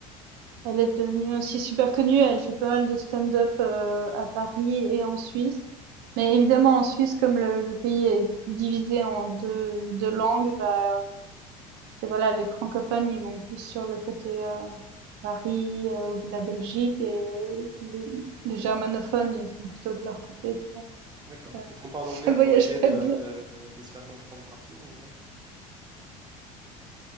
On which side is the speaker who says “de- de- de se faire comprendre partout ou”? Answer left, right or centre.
Right